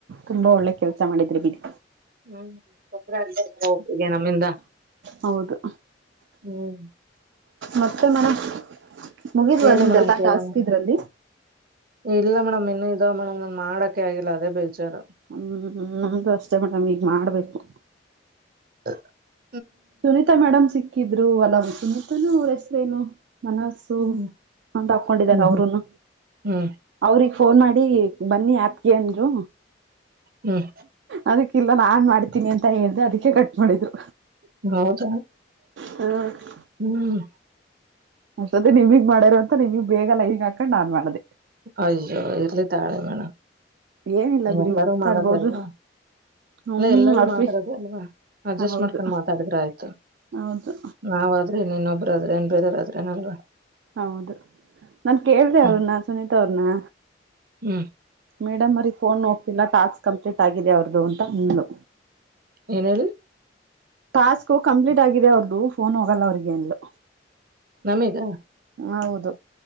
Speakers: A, on the right; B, on the right.
A: ತುಂಬಾ ಒಳ್ಳೆ ಕೆಲ್ಸ ಮಾಡಿದ್ರಿ ಬಿಡಿ.
B: ಹ್ಮ್ ಒಬ್ರಾದ್ಮೇಲೆ ಇನ ಒಬ್ರು ನಮ್ಮಿಂದ.
A: ಹೌದು.
B: ಹ್ಮ್.
A: ಮತ್ತೆ ಮೇಡಮ್ ಮುಗಿದ್ವಾ
B: ಹೇಳಿ
A: ನಿಮ್ದಲ್ಲಾ
B: ಮೇಡಮ್ ಕೇಳಣ
A: ಟಾಸ್ಕ್ ಇದ್ರಲ್ಲಿ.
B: ಇಲ್ಲ ಮೇಡಮ್ ಇನ್ನುೂ ಇದಾವ ಮೇಡಮ್ ನನ್ ಮಾಡಕೆ ಆಗಿಲ್ಲ ಅದೇ ಬೇಜಾರು.
A: ಹ್ಮ್ ನಮ್ದು ಅಷ್ಟೇ ಮಡಮ್ ಈಗ್ ಮಾಡ್ಬೇಕು
B: <inaudible>
A: ಸುನೀತಾ ಮೇಡಮ್ ಸಿಕ್ಕಿದ್ರು ಅಲಾಮ ಸುನೀತಾನೂ ಅವ್ರ ಹೆಸರೇನು. ಮನಸ್ಸು
B: ಹ್ಮ್
A: ಅಂತ ಹಾಕೊಂಡಿದಾರೆ
B: ಹ್ಮ್
A: ಅವರುನು
B: ಹ್ಮ್
A: ಅವ್ರಗ್. ಫೋನ್ ಮಾಡಿ ಬನ್ನಿ ಅಪ್ ಗೆ ಅಂದ್ರು
B: ಹ್ಮ್
A: ಅದಕ್ಕೆ ಇಲ್ಲಿ. ಎಲ್ಲ ನಾನ್ ಮಾಡ್ತೀನಿ ಅಂತ ಹೇಳ್ದೆ ಅದಕ್ಕೆ ಕಟ್ ಮಾಡಿದ್ರು
B: ಹೌದ
A: ಹ.
B: ಹ್ಮ್
A: ಅಷ್ಟೊತ್ತೇ ನಿಮಗ್ ಮಾಡ್ಯರೋ ಅಂತ ನಿಮಗ್ ಬೇಗಲ್ಲ ಈಗ ಹಾಕಂಡ್ ನಾನ್ ಮಾಡ್ದೆ.
B: ಅಯ್ಯೋ ಇಲ್ಲಿ ತಕಳಿ ಮೇಡಮ್
A: ಏನಿಲ್ಲ ಬಿಡಿ
B: ಎಲ್ಲಾರೂ
A: ಮಾತಾಡ್ಬೋದು
B: ಮಾಡೋದೆ ಅಲ್ವಾ
A: ಹ್ಮ್
B: ಅಲ್ಲ ಎಲ್ಲರೂ
A: ಅರ್ಫಿ
B: ಮಾತಾಡದು ಅಲ್ವಾ ಅಡ್ಜಸ್ಟ್
A: ಹೌದು
B: ಮಾಡ್ಕೊಂಡ್ ಮಾತಾಡಿದ್ರೆ ಆಯ್ತು.
A: ಹೌದು
B: ನಾವಾದ್ರೆ ಇನ್ನೊಬ್ಬ್ರಾದ್ರೆ ಬೇರೆವರು ಆದ್ರೆ ಏನು ಅಲ್ವಾ
A: ಹೌದು ನನ್ ಕೇಳ್ದ
B: ಹ್ಮ್
A: ಅವನ್ನ ಸುನೀತಾ ಅವ್ರನ್ನ.
B: ಹ್ಮ್.
A: ಮೇಡಮ್ ಅವರಿಗೆ ಫೋನ್ ಹೋಗ್ತಿಲ್ಲಾ ಟಾಸ್ಕ್ ಕಂಪ್ಲೀಟ್ ಆಗಿದೆ ಅವ್ರದು ಅಂತ ಅಂದ್ಲು.
B: ಏನ್ ಹೇಳಿ
A: ಟಾಸ್ಕ್ ಕಂಪ್ಲೀಟ್ ಆಗಿದೆ ಅವ್ರದುು ಫೋನ್ ಹೋಗಲ್ಲ ಅವ್ರಿಗೆ ಅಂದ್ಲು
B: ನಮೀಗ.
A: ಹೌದು